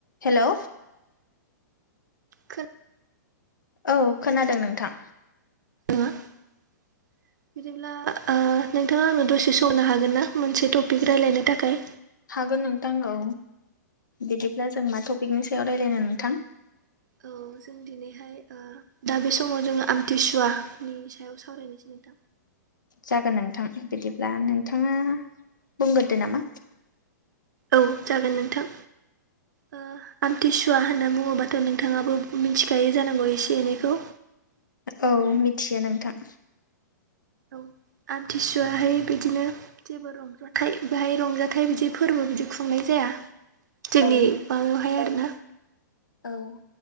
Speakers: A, on the left; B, on the right.
A: Hello
B: खो
A: औ खोनादों नोंथां
B: <unintelligible> <unintelligible> आ नोंथाङा आंनो दसे सनो हागोन ना मोनसे टपिक रायलायनो थाखाय
A: हागोन नोंथां औ बिदिब्ला जों मा टपिकनि सायाव रायलायनो नोंथां
B: औ जों दिनैहाय ओ दा बे समाव जोङो आमथिसुवानि सायाव सावरायनोसै नोंथां
A: जागोन नोंथां बिदिब्ला नोंथाङा बुंगोरदो नामा
B: औ जागोन नोंथां ओ आमथिसुवा होनना बुङोबाथ' नोंथाङाबो मिथिखायो जानांगौ एसे एनैखौ
A: औ
B: ओ
A: मिथियो नोंथां
B: औ आमथिसुवाहाय बिदिनो जेबो रं जाथाइ बेहाय रंजाथाइ बिदि फोरबो बिदि खुंनाय जाया जोंनि
A: औ
B: माबायावहाय आरोना
A: औ